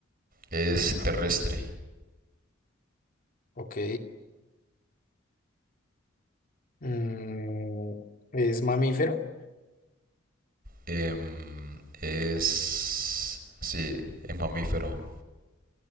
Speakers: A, on the right; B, on the left.
A: Es terrestre.
B: Ok. Mm, es mamífero
A: Em, es... Sí, es mamífero.